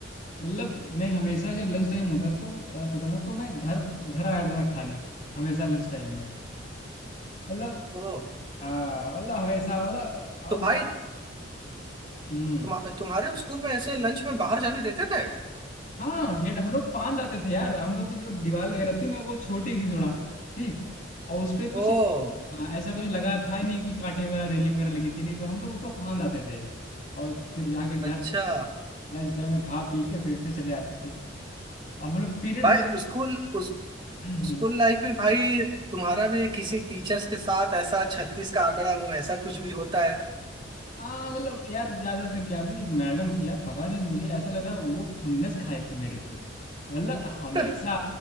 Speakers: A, on the left (about 40°); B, on the right (about 25°).
A: मतलब मैं हमेशा जब लंच टाइम होता था तो अ, होता था तो मैं घर घर आ जाता था खाने हमेशा लंच टाइम में मतलब
B: ओ
A: आ, मतलब हमेशा मतलब आ,
B: तो
A: वो-
B: भाई
A: हम्म
B: तुम, तुम्हारे स्कूल में ऐसे लंच में बाहर जाने देते थे
A: हाँ गेट हम लोग फांद आते थे यार हम लोग की जो दीवार वगैरह थी ना वो छोटी थी थोड़ा ठीक और उस पे कुछ
B: ओ
A: हाँ, ऐसा कुछ लगा था ही नहीं कि कांटे वगैरह रेलिंग वगैरह लगी थी नहीं तो हम लोग उसको फांद आते थे और फिर जाके घर
B: अच्छा
A: लंच टाइम में खा पी के फिर से चले आते थे और हम लोग पीरियड
B: भाई
A: में
B: स्कूल उस
A: <clears throat>
B: स्कूल लाइफ में भाई तुम्हारा भी किसी टीचर्स के साथ ऐसा छत्तीस का आंकड़ा हो ऐसा कुछ भी होता है
A: हाँ मतलब यार ज्यादा सिर क्या थी एक मैडम थी यार पता नहीं मुझे ऐसा लग रहा है वो खुन्नस खाई थी मेरे पे मतलब हमेशा
B: <laughs>